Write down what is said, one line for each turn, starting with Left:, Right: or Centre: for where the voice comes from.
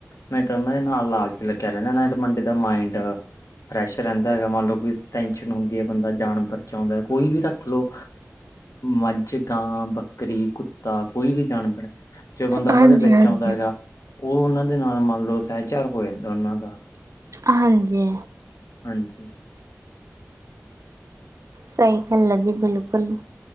Left: ਨਹੀਂ ਤਾਂ ਉਹਨਾਂ ਦੇ ਨਾਲ ਲਾਲਚ ਲੱਗਿਆ ਰਹਿੰਦਾ ਨਾ ਤਾਂ ਮੁੰਡੇ ਦਾ ਮਾਇੰਡ ਫਰੈਸ਼ ਰਹਿੰਦਾ ਹੈਗਾ ਮੰਨ ਲਓ ਵੀ ਟੈਸ਼ਨ ਹੁੰਦੀ ਹੈ ਬੰਦਾ ਜਾਨਵਰ ਚ ਆਉਂਦਾ ਕੋਈ ਵੀ ਰੱਖ ਲੋ ਮੱਝ ਗਾਂ ਬੱਕਰੀ ਕੁੱਤਾ ਕੋਈ ਵੀ ਜਾਨਵਰ ਜੇ ਬੰਦਾ
Right: ਹਾਂਜੀ
Left: ਉਹਨਾਂ ਦੇ ਵਿੱਚ
Right: ਹਾਂਜੀ
Left: ਆਉਂਦਾ ਏ ਉਹ ਉਹਨਾਂ ਦੇ ਨਾਲ ਮੰਨ ਲਓ ਸਹਿਚਾਰ ਹੋ ਜਾਂਦਾ ਉਹਨਾਂ ਦਾ
Right: ਹਾਂਜੀ
Left: ਹਾਂਜੀ
Right: ਸਹੀ ਗੱਲ ਹੈ ਜੀ ਬਿਲਕੁਲ